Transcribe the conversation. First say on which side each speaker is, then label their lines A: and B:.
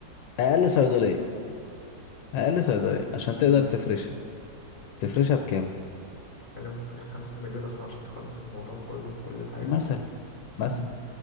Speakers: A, on the left (about 80°); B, on the left (about 30°).
A: اقل صيدلية اقل صيدلية عشان تقدر
B: مم.
A: تفرشها تفرشها بكام
B: اتكلم في خمسة مليون اصلا عشان تخلص الموضوع كله بكل حاجة
A: مثلا
B: مم.
A: مثلا